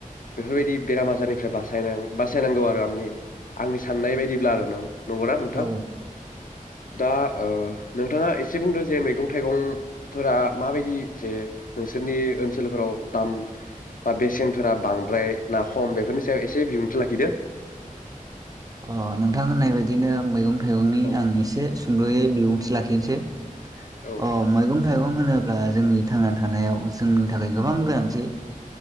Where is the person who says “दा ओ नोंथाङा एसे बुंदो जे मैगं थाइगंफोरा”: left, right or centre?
Left